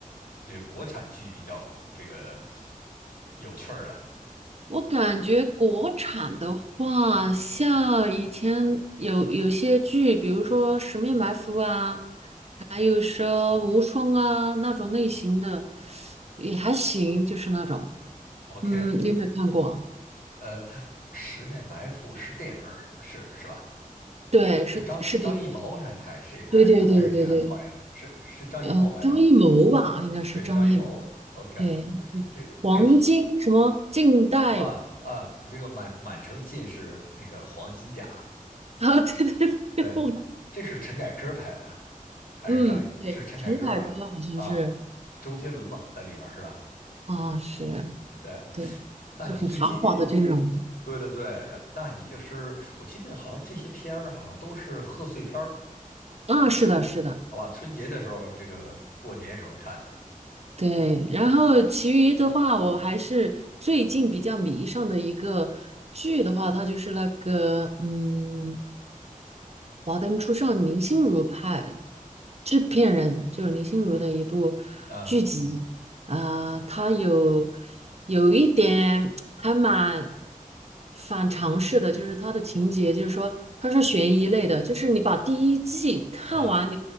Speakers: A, on the left; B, on the right.
A: 就是国产剧比较这个有趣儿的
B: 我感觉国产的话，像以前有有些剧，比如说《十面埋伏》啊，还有说《无双》啊那种类型的，也还行，就是那种，
A: ？OK，
B: 嗯，你有没有看过？
A: 呃，《十面埋伏》是电影儿，是是吧？
B: 对，
A: 是张张艺谋来拍，
B: 是是电影，
A: 谁拍？
B: 对对对对对，
A: 是还是李安拍的？是是张艺谋拍的吗？
B: 呃，张艺谋吧，应该是张艺谋，
A: 对，张艺谋。OK，
B: 对，那个黄金什么近代
A: 这这好啊啊，这个满满城尽是那个黄金甲。
B: 啊，<laughs> 对对对，
A: 对，
B: 我，
A: 这是陈凯歌拍的，还是张？
B: 嗯，对，
A: 是陈凯歌吧？
B: 陈凯歌好像是
A: 啊，周杰伦嘛，在里面是吧？
B: 啊，是。
A: 对，
B: 对，
A: 那你最近
B: 就很豪华的这种。
A: 对对对，然那你就是我记得好像这些片儿好像都是贺岁片儿，
B: 嗯，啊是的，
A: 嗯，
B: 是的，
A: 好吧，春节的时候，这个过年时候看的，
B: 对。然后其余的话，我还是最近比较迷上的一个剧的话，它就是那个嗯，《华灯初上》林心如拍，制片人就是林心如的一部剧集啊，
A: 啊
B: 它有有一点还蛮反常识的，就是它的情节，就是说它是悬疑类的，就是你把第一季看完。
A: 啊